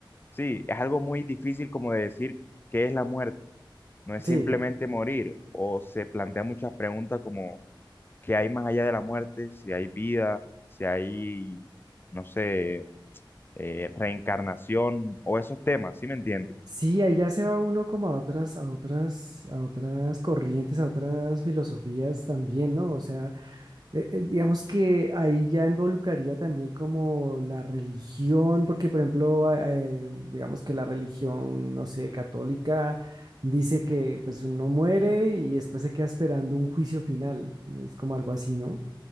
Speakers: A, on the left; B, on the right.
A: sí, es algo muy difícil como de decir qué es la muerte. No es
B: sí.
A: simplemente morir o se plantean muchas preguntas como qué hay más allá de la muerte, si hay vida, si hay, no sé, eh, reencarnación o esos temas, ¿sí me entiendes?
B: Sí, ahí ya se va uno como a otras, a otras, a otras corrientes, a otras filosofías también, ¿no? O sea, eh, eh, digamos que ahí ya involucraría también como la religión, porque por ejemplo, a- eh, digamos que la religión, no sé, católica, dice que pues uno muere y después se queda esperando un juicio final, es como algo así, ¿no?